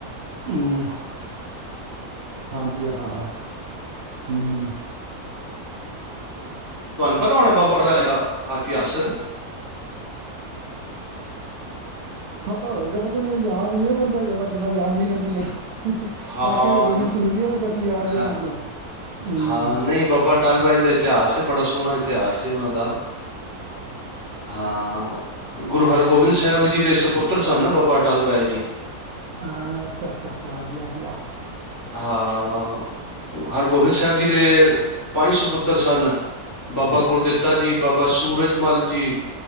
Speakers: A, on the right; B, on the left.
A: ਹੂੰ, ਹਾਂਜੀ, ਹਾਂ-ਹਾਂ, ਹੂੰ-ਹੂੰ।
B: ਤੁਹਾਨੂੰ ਪਤਾ ਹੋਣਾ ਬਾਬ <unintelligible> ਦਾ ਇਤਿਹਾਸ
A: ਪਤਾ ਹੋਏਗਾ, ਪਤਾ ਨਹੀਂ ਮੈਨੂੰ ਯਾਦ ਨੀ ਨਾ ਰਹਿੰਦਾ, ਜ਼ਿਆਦਾ ਗੱਲਾਂ ਯਾਦ ਨੀ ਰਹਿੰਦੀਆਂ।
B: ਹਾਂ,
A: ਸਾਖੀਆਂ ਤੇ ਬੜੀਆਂ
B: ਅ,
A: ਸੁਣੀ ਦੀਆਂ ਨੇ ਬਾਕੀ ਯਾਦ ਨੀ
B: ਹਾਂ।
A: ਰਹਿੰਦੀਆਂ। ਹੂੰ
B: ਹਾਂ ਨਹੀਂ ਬਾਬਾ ਅਟਲ ਰਾਏ ਜੀ ਦਾ ਇਤਿਹਾਸ ਹੈ ਬੜਾ ਸੋਹਣਾ ਇਤਿਹਾਸ ਏ ਉਹਨਾਂ ਦਾ ਹਾਂ ਗੁਰੂ ਹਰਗੋਬਿੰਦ ਸਾਹਿਬ ਜੀ ਦੇ ਸਪੁੱਤਰ ਸਨ ਨਾ ਬਾਬਾ ਟਲ ਰਏ ਜੀ।
A: ਹਾਂ ਅੱਛਾ-ਅੱਛਾ, ਅੱਛਾ, ਹਾਂਜੀ-ਹਾਂਜੀ, ਹਾਂ।
B: ਹਾਂ। <unintelligible> ਹਰਗੋਬਿੰਦ ਸਾਹਿਬ ਜੀ ਦੇ ਪੰਜ ਸਪੁੱਤਰ ਸਨ। ਬਾਬਾ ਗੁਰਦਿੱਤਾ ਜੀ, ਬਾਬਾ ਸੂਰਜ ਜੀ।